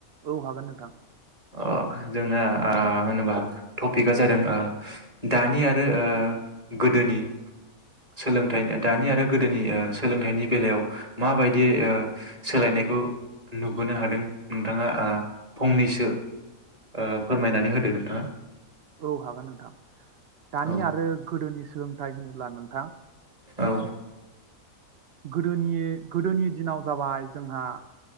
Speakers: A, on the right; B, on the right.
A: औ हागोन नोंथां
B: अ जोंना आ होनोबा टपिकआ जादों ओ दानि आरो ओ गोदोनि सोलोंथाइ दानि आरो गोदोनि ओ सोलोंथाइनि बेलायाव माबायदि ओ सोलायनायखौ नुबोनो हादों नोंथाङा आ फंनैसो ओ फोरमायनानै होदो नोंथाङा
A: औ हागोन नोंथां दानि
B: औ
A: आरो गोदोनि सोलोंथाइ होनोब्ला नोंथां
B: औ
A: गोदोनि गोदोनि दिनाव जाबाय जोंहा